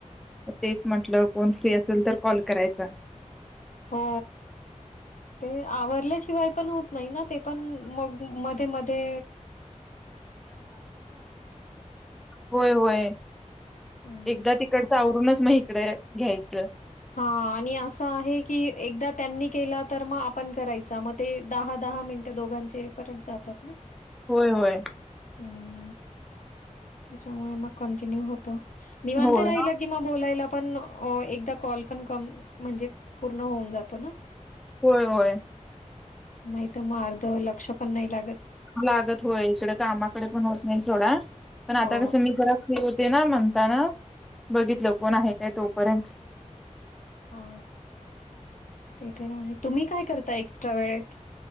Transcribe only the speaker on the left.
हो ते आवरल्याशिवाय पण हो. नाही ना ते पण मग मध्ये मध्ये.
हं.
हा आणि असं आहे की एकदा त्यांनी केलं तर मग आपण करायच मग ते दहा दहा. दहा मिनटं दोघांचे परत जातात ना?
हं हं त्याच्यामुळे मग कंटिन्यू होतो, निवांत
राहिलं कि मग बोलायला पणं एकदा कॉल पण कम म्हणजे पूर्ण होऊन जातो ना?
नाही तर मग अर्ध लक्ष पण नाही लागत.
हो.
हा ते तर आहे. तुम्ही काय करता एक्स्ट्रा वेळेत?